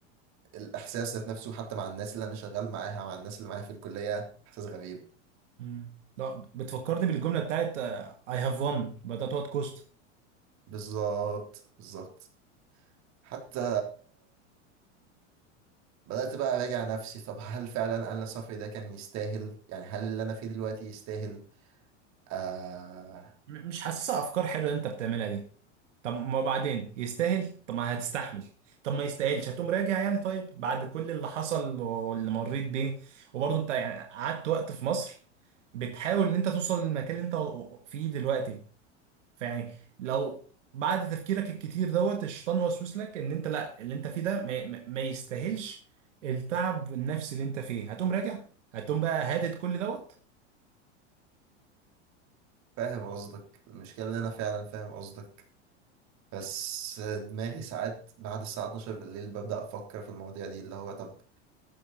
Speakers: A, on the right; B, on the right.
A: الاحساس ذات نفسه حتى مع الناس اللي انا شغال معاها مع الناس اللي معايا في الكليه احساس غريب
B: مم. لا بتفكرني بالجمله بتاعت اي هاف وان بدات وات كوست
A: بالظبط بالظبط حتى بدات بقى اراجع نفسي طب هل فعلا انا سفري ده كان يستاهل يعني هل اللي انا فيه دلوقتي يستاهل آه
B: مش حاسسها افكار حلوه اللي انت بتعملها دي طب ما بعدين يستاهل طب ما هتستحمل طب ما يستاهلش هتقوم راجع يعني طيب بعد كل اللي حصل واللي مريت بيه وبرضه انت يعني قعدت وقت في مصر بتحاول ان انت توصل للمكان اللي انت فيه دلوقتي فيعني لو بعد تفكيرك الكتير دوت الشيطان وسوس لك ان انت لا اللي انت فيه ده ما, ما ما يستاهلش التعب النفسي اللي انت فيه هتقوم راجع هتقوم بقى هادد كل دوت
A: فاهم قصدك المشكله ان انا فعلا فاهم قصدك بس دماغي ساعات بعد الساعة 12 بالليل ببدأ أفكر في المواضيع دي اللي هو طب